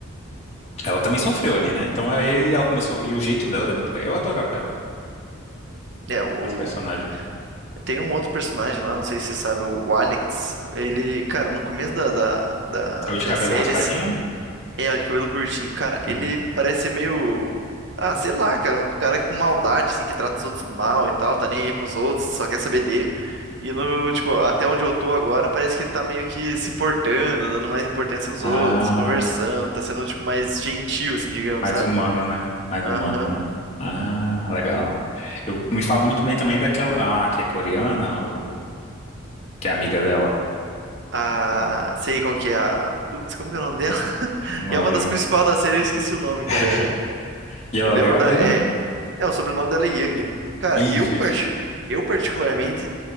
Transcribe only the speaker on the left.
ela também sofreu ali, né? Então aí ela começou, e o jeito dela era muito legal, eu adorava ela,
a personagem.
É o de
cabelo
raspadinho?
Uhum.
Ah.
Mais
humano, né? Mais
humano, né? Ah, legal. Eu me falo muito bem também daquela, ah, que é coreana, o que é amiga dela.
Sei lá.
Não
lembro.
<laughs>
E ela
é legal
mesmo?
Isso,
isso.